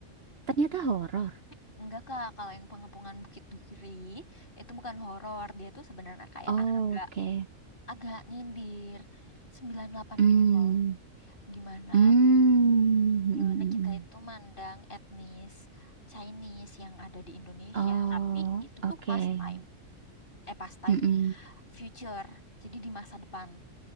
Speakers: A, on the right; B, on the left.
A: Ternyata
B: I-
A: horor.
B: Enggak kak, kalau yang Pengepungan Bukit Duri itu bukan horor, dia tuh sebenarnya kayak
A: Oh,
B: agak
A: Oke.
B: agak nyindir sembilan delapan
A: Hmm.
B: gitu loh. Gimana
A: Hmm. Mm, mm,
B: gimana
A: mm.
B: kita itu mandang etnis Chinese yang ada di Indonesia,
A: Oh,
B: tapi itu
A: oke.
B: tuh pastime. Eh pastime,
A: Mm, mm.
B: future, jadi di masa depan.